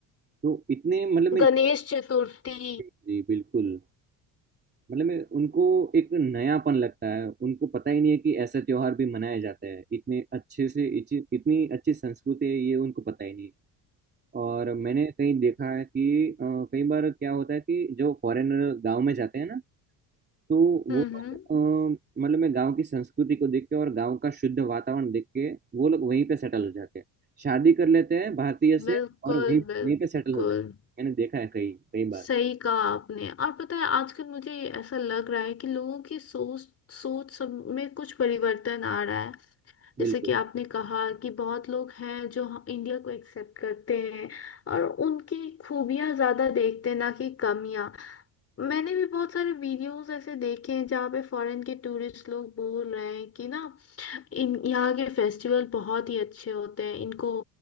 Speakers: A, on the right; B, on the left.
A: तो इतने मतलब मैं
B: गणेश चतुर्थी
A: जी बिल्कुल मतलब मैं उनको एक नयापन लगता है उनको पता ही नहीं है कि ऐसा त्योहार भी मनाया जाता है इतने अच्छे से इची- इतनी अच्छी संस्कृति है ये उनको पता ही नहीं और मैंने कहीं देखा है कि अ, कई बार क्या होता है कि जो फॉरेनर गांव में जाते हैं ना तो वो
B: हम्म
A: लोग अ, मतलब मैं गांव की संस्कृति को देख के और गांव का शुद्ध वातावरण देख के वो लोग वहीं पे सेटल हो जाते हैं शादी कर लेते हैं भारतीय से
B: बिल्कुल
A: और वहीं वहीं
B: बिल्कुल
A: पे सेटल हो जाते हैं मैंने देखा है कई कई बार
B: सही कहा आपने और पता है आजकल मुझे ऐसा लग रहा है कि लोगों की सोच सोच सब में कुछ परिवर्तन आ रहा है जैसे
A: बिल्कुल
B: कि आपने कहा कि बहुत लोग हैं जो ह- इंडिया को एक्सेप्ट करते हैं और उनकी खूबियां ज्यादा देखते हैं ना कि कमियां मैंने भी बहुत सारे वीडियोस ऐसे देखे हैं जहाँ पे फॉरेन के टूरिस्ट लोग बोल रहे हैं कि ना इन यहाँ के फेस्टिवल बहुत ही अच्छे होते हैं इनको